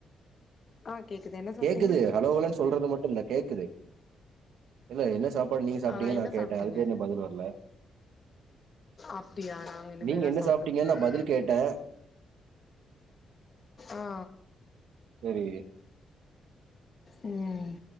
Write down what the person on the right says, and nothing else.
கேக்குது
ஹலோ ஹலோன்னு சொல்றது மட்டு கே கேக்குது இல்ல என்ன சாப்ப பாடு நீ சாப்பிட்டீங்க
நா கேட்டே
அதுக்கே இன்னு பதில் வரல
நீங்க என்ன
சாப்ட்டீங்கன்னு
நா பதில் கேட்டே
சரி